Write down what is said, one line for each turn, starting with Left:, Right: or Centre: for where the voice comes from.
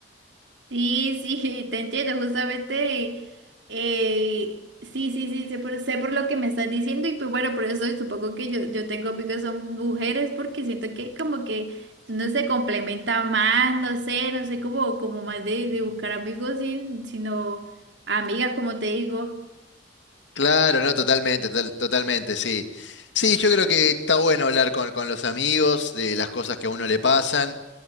Right: Sí, sí, <laughs> te entiendo, justamente, eh, sí, sí, sí, sé por, sé por lo que me estás diciendo y pues bueno, por eso supongo que yo, yo tengo amigos que son mujeres porque siento que como que uno se complementa más, no sé, no sé, como, como más de, de buscar amigos, sin- sino amigas, como te digo.
Left: Claro, no, totalmente, total- totalmente, sí. Sí, yo creo que está bueno hablar con, con los amigos de las cosas que a uno le pasan.